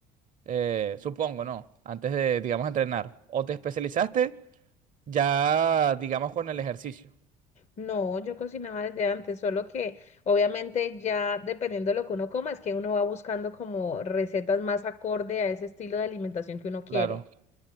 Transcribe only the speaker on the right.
eh, supongo, ¿no? Antes de, digamos, entrenar. O te especializaste ya, digamos, con el ejercicio.
Claro,